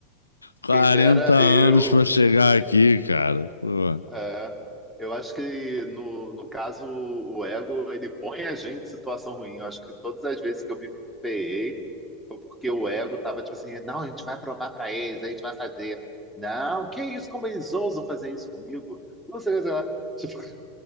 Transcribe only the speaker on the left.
40
anos
pra chegar aqui, cara. Pô.